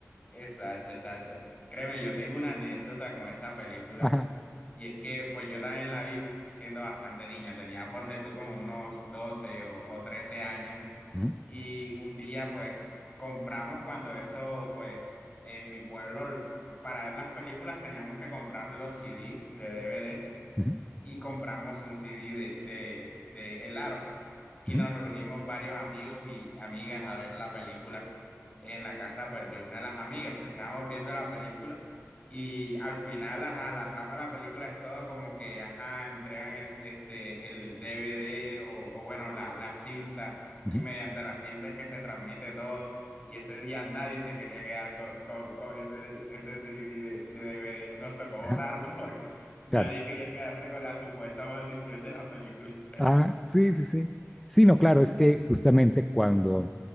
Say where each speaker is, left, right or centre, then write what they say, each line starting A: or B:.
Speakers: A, on the left; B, in the centre.
A: Exacto, exacto. Créeme, yo tengo una anécdota con esa película
B: Ajá.
A: y es que pues yo también la vi siendo bastante niño, tenía ponle tú como unos 12 o, o 13 años
B: Ujú,
A: y un día pues compramos cuando eso pues en mi pueblo para ver las películas teníamos que comprar los CDs de DVD
B: ujú,
A: y compramos un CD de, de, de El Aro. Y
B: ujú,
A: nos reunimos varios amigos y amigas a ver la película en la casa pues de una de las amigas y estábamos viendo la película y al final ajá, la trama de la película es todo como que ajá, entregan el, este, el DVD o, o bueno la, la cinta
B: ujú.
A: y mediante la cinta es que se transmite todo y ese día nadie se quería quedar con, con, con ese, ese CD de, de DVD, nos tocó botarlo
B: Ajá,
A: <laughs> porque Nadie
B: claro.
A: quería quedarse con la supuesta maldición de la película. <laughs>
B: Ah, sí, sí, sí. Sí, no, claro, es que justamente cuando,